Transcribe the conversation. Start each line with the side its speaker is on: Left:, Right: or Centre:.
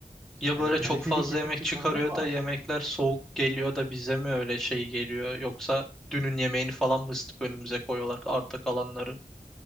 Centre: Ya
Right: Hani
Centre: böyle
Right: kaliteli
Centre: çok fazla
Right: catering
Centre: yemek
Right: firmaları
Centre: çıkarıyor
Right: var.
Centre: da yemekler soğuk geliyor da bize mi öyle şey geliyor? Yoksa dünün yemeğini falan mı ısıtıp önümüze koyuyorlar arta kalanları?